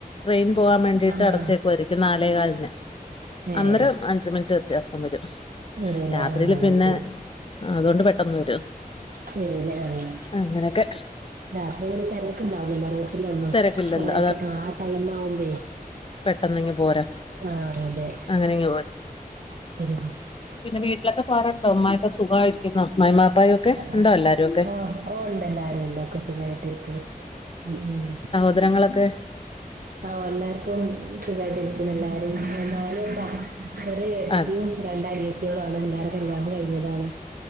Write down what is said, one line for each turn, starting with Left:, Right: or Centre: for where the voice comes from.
Left: ട്രെയിൻ പോവാൻ വേണ്ടിട്ട്
Right: ആഹ്
Left: അടച്ചു വെക്കുമായിരിക്കും, നാലേ കാലിന്.
Right: ഏഹ്
Left: അന്നേരം അഞ്ച് മിനിറ്റ് വ്യത്യാസം വരും.
Right: വരൂല്ലേ
Left: രാത്രിയില്
Right: ആഹ്
Left: പിന്നെ
Right: ശരി
Left: അതുകൊണ്ട് പെട്ടെന്ന് വരും.
Right: ശരില്ലേ. ആഹ്
Left: അങ്ങനെയൊക്കെ
Right: രാത്രി കളിൽ തെരക്ക് ഇണ്ടാവുലല്ലോ റോഡി ലൊന്നും.
Left: തിരക്കില്ലല്ലോ
Right: കൊറൊക്കെ ആ ടൈം ആവുമ്പേ,
Left: പെട്ടെന്ന ഇങ്ങ്പോരാ.
Right: ആഹ് അതെ
Left: അങ്ങനെ <unintelligible>
Right: <unintelligible>
Left: പിന്നെ വീട്ടിലൊക്കെ പോറാണ്ടോ? ഉമ്മാക്കെ സുഖമായിരിക്കുന്നോ? ഇമ്മായും വാപ്പായും ഒക്കെ,
Right: ആഹ്
Left: ഉണ്ടോ എല്ലാരും ഒക്കെ?
Right: ഓ ഓ ഇണ്ട്, എല്ലാരും ഇണ്ട്. ഒക്കെ സുഖമായിട്ടിരിക്കണ്. ഉം ഉം.
Left: സഹോദരങ്ങളൊക്കെ?
Right: ആഹ എല്ലാർക്കും സുഖായിട്ടിരിക്ണ്. എല്ലാരും എന്നാല <unintelligible> ഒരു ഏട്ടത്തിയും
Left: ആ
Right: രണ്ട്‌ അനിയത്തികളു ആണ്. എല്ലാരെ ക്കല്യാണം കഴിഞ്ഞതാണ്.